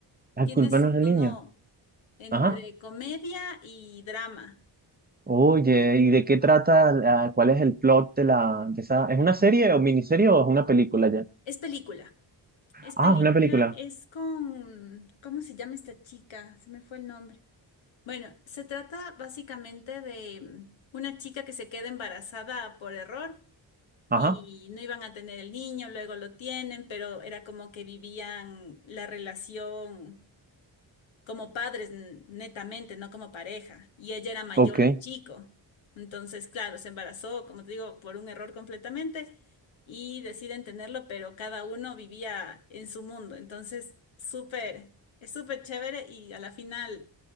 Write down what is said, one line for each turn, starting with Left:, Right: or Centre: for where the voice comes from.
Right: La
Left: Tiene
Right: culpa
Left: su
Right: no es del
Left: tono
Right: niño.
Left: entre
Right: Ajá.
Left: comedia y drama.
Right: Oye, ¿y de qué trata? la- ¿Cuál es el plot de la de esa? ¿Es una serie o miniserie o es una película ya?
Left: Es película, es
Right: Ah,
Left: película,
Right: es una película.
Left: es con, ¿cómo se llama esta chica? Se me fue el nombre. Bueno, se trata básicamente de mm, una chica que se queda embarazada por error y
Right: Ajá.
Left: no iban a tener el niño, luego lo tienen, pero era como que vivían la relación como padres n- netamente, no como pareja. Y ella era mayor
Right: Ok.
Left: al chico. Entonces, claro, se embarazó, como te digo, por un error completamente y deciden tenerlo, pero cada uno vivía en su mundo. Entonces, súper, es súper chévere y a la final,